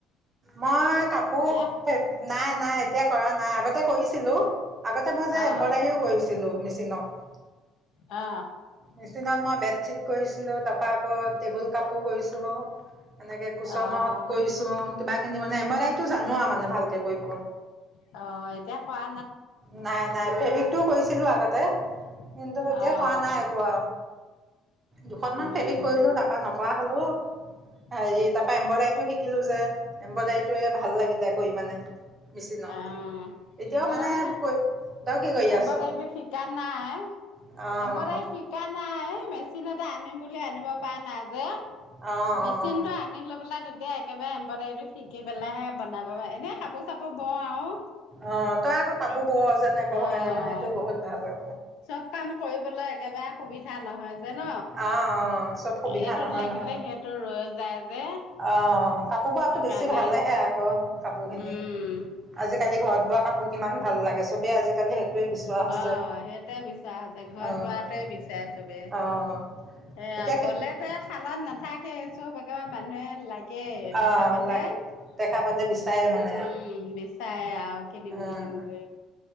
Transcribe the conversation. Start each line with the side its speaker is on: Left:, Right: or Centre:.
Right: মই কাপোৰ
Left: নে
Right: ফে নাই নাই এতিয়া কৰা নাই আগতে কৰিছিলো আগতে মই
Left: অ',
Right: যে এম্বদাৰীও কৰিছিলোঁ মেচিনত
Left: অ
Right: মেচিনত মই বেডশ্বিট কৰিছিলো তাপা আকৌ টেবুল কাপোৰ কৰিছো এনেকে কুচনত
Left: অ',
Right: কৰিছো কিবা খিনি মানে এম্বদাইত জানোৱা মানে ভাল কে কৰিব
Left: অ', এতিয়া কৰা
Right: নাই নাই প্ৰফেৱিকতটো। কৈছিলো আগতে। কিন্তু এতিয়া
Left: অ',
Right: কৰা নাই এনেকুৱা দুখনমান
Left: উম,
Right: টেপিক কৰিলো তাৰপা নকৰা হলো। হেৰি তাৰ পৰা
Left: অ',
Right: এম্প্ৰদাৰীটো শিকিলো যে এম্ব্ৰডায়ৰী ভাল লাগিলে কৰি মানে। মেচিনত
Left: অ
Right: এতিয়াও
Left: মই
Right: মানে কৈ- তই কি কৰি
Left: এম্ব্ৰডায়ৰী
Right: আছ
Left: এইটো শিকা নাই
Right: অ',
Left: এম্ব্ৰডায়ৰী শিকা নাই মেচি। সিনবা আনিম বুলি আনিব পৰা নাই যে।
Right: অ', অ',
Left: মেচিন টো আনি লৈ পেলাই তেতিয়া। এয়া একেবাৰে এম্প্ৰদাৰি শিকি পেলাই হে বনাব এনে কাপো চাপু হ'ব আৰু।
Right: অ তই আকৌ কাপোৰ
Left: কাপ
Right: বৱ যেনেক
Left: অ',
Right: হয় নে নহয় সেইটো বহুত ভাল ।
Left: চব কাম কৰিবলৈ একেবাৰে সুবিধা নহয়। যে ন
Right: আহ অ চব সুবিধা
Left: এইটোত
Right: নহয়
Left: লাগিলে
Right: নহয়
Left: সেইটো ৰৈ যায় যে
Right: আহ কাপোৰ বোৱাটো
Left: সেইকাৰণে
Right: বেছি ভালেহে আকৌ কাপোৰ খিনি
Left: উম
Right: আজিকালি ঘৰত বোৱা কাপোৰ কিমান ভাল লাগে ।চবেই আজিকালি সেইটোৱে বিচৰা হৈছে।
Left: অ সেইটোৱে বিচৰা হৈছে। ঘৰত
Right: অ',
Left: বোৱাটোৱে বিচাৰে চবে
Right: অ',
Left: এয়া
Right: এতিয়া কি
Left: বলে যে শালত নাথাকে। চব একে মানুহে লাগে
Right: অ',
Left: দেখা পালে।
Right: লা
Left: উম
Right: দেখা পালে বিচাৰে মানে আৰু
Left: বিচাৰে আৰু। কিনিম
Right: অ',
Left: কিনিম কৰি